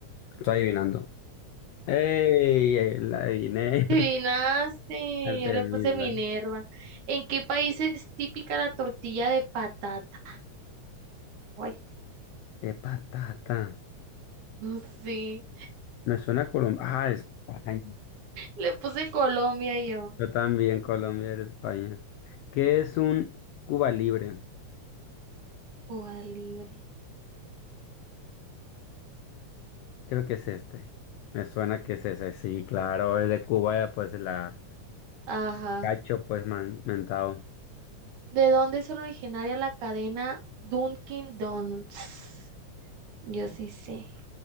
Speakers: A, on the left (about 85°); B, on the right (about 85°).
A: Estoy adivinando. ¡Ey! La adiviné. <laughs>
B: Adivinaste,
A: Artemisa.
B: yo le puse Minerva. ¿En qué país es típica la tortilla de patata? Ay,
A: De patata.
B: no sé.
A: Me suena a Colombia. Ah, España.
B: Le puse Colombia yo.
A: Yo también, Colombia era España. ¿Qué es un Cuba Libre?
B: Cuba libre.
A: Creo que es este. Me suena que es ese. Sí, claro, es de Cuba, pues la
B: Ajá.
A: cacho, pues man- mentado.
B: ¿De dónde es originaria la cadena Dunkin' Donuts? Yo sí sé,